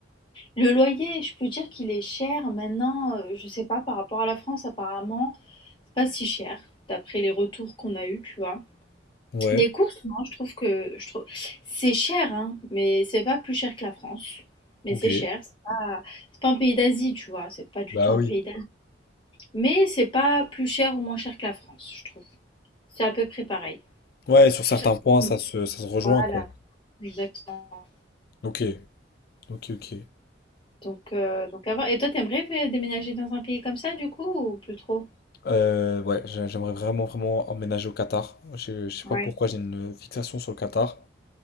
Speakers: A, on the left (about 25°); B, on the left (about 50°).
A: Le loyer, je peux dire qu'il est cher maintenant, euh, je sais pas, par rapport à la France, apparemment, c'est pas si cher, d'après les retours qu'on a eus, tu vois.
B: Ouais,
A: Les courses, non, je trouve que je trouve c'est cher, hein, mais c'est pas plus cher que la France. Mais
B: ok.
A: c'est cher, c'est pas, c'est pas un pays d'Asie, tu vois, c'est pas du
B: Bah
A: tout un
B: oui.
A: pays Mais c'est pas plus cher ou moins cher que la France, je trouve. C'est à peu près pareil.
B: Ouais, sur certains
A: Ça dépend
B: points, ça
A: de-
B: se, ça se rejoint,
A: Voilà,
B: quoi.
A: exactement.
B: Ok, ok, ok.
A: Donc, euh, donc à Et toi, t'aimerais euh, déménager dans un pays comme ça, du coup, ou plus trop?
B: Euh, ouais, j'a- j'aimerais vraiment, vraiment emménager au Qatar. Je, je sais
A: Ouais,
B: pas pourquoi, j'ai une fixation sur le Qatar,